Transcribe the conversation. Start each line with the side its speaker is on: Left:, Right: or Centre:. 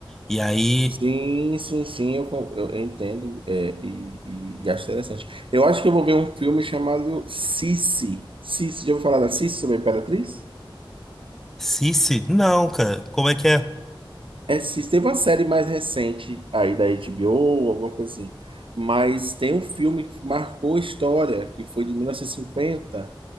Centre: E aí,
Right: Sim, sim, sim, eu, co- eu entendo é, e, e, e acho interessante. Eu acho que eu vou ver um filme chamado Sissi. Sissi, já ouviu falar da Sissi sobre a Imperatriz?
Centre: Sisi, não, cara, como é que é?
Right: É, Sissi. Teve uma série mais recente aí da HBO, alguma coisa assim. Mas tem um filme que marcou a história, que foi de 1950.